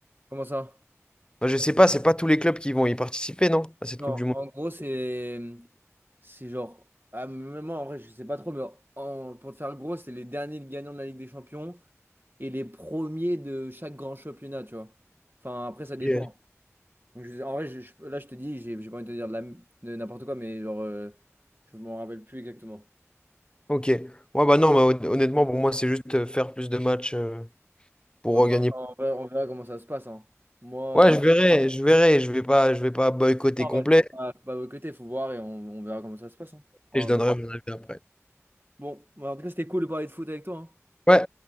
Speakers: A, on the right; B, on the left.
A: Comment ça?
B: Enfin, je sais pas, c'est pas tous les clubs qui vont y participer, non? À cette
A: Non,
B: Coupe du Monde.
A: en gros, c'est c'est genre. Ah, même moi, en vrai, je sais pas trop, mais en- pour te faire gros, c'est les derniers gagnants de la Ligue des Champions et les premiers de chaque grand championnat, tu vois. Enfin, après, ça dépend.
B: Ok.
A: Donc, je- en vrai, je- je- là, je te dis, j'ai j'ai pas envie de te dire de, la- de n'importe quoi, mais genre, euh, je m'en rappelle plus exactement.
B: Ok. Ouais, bah non, bah, hon- honnêtement, pour moi, c'est juste euh, faire plus de matchs euh, pour
A: Ouais, bah,
B: euh, gagner.
A: en vrai, on verra comment ça se passe. hein. Moi,
B: Ouais,
A: euh,
B: je verrai, je verrai, je vais pas, je vais pas boycotter
A: en
B: complet
A: vrai, faut pas, faut pas boycotter, faut voir et on, on verra comment ça se passe. hein. Ouais,
B: et je donnerai
A: voilà.
B: mon avis après.
A: Bon, bah, en tout cas, c'était cool de parler de foot avec toi. hein.
B: Ouais,